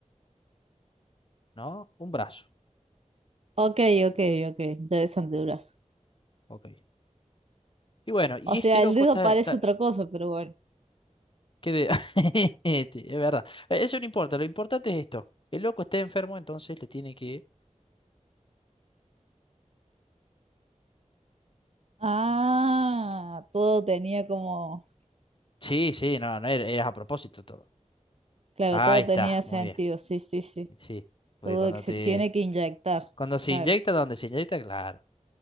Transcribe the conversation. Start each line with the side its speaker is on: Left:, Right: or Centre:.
Left: ¿no? Un brazo.
Right: Ok, ok, ok, interesante, durazo.
Left: Ok. Y bueno, y
Right: O sea,
Left: este loco
Right: el dedo
Left: está...
Right: parece
Left: está-
Right: otra cosa, pero bueno.
Left: ¿qué de- <laughs> Este, Es verdad. Eh, Eso no importa, lo importante es esto. El loco está enfermo, entonces le tiene que...
Right: Ah, todo tenía como,
Left: Sí, sí, no, no, era era a propósito todo.
Right: claro,
Left: Ahí
Right: todo
Left: está,
Right: tenía sentido,
Left: muy bien.
Right: sí, sí, sí.
Left: Sí, porque
Right: Todo
Left: cuando
Right: que se
Left: te,
Right: tiene que inyectar,
Left: cuando se
Right: claro.
Left: inyecta, donde se inyecta, claro,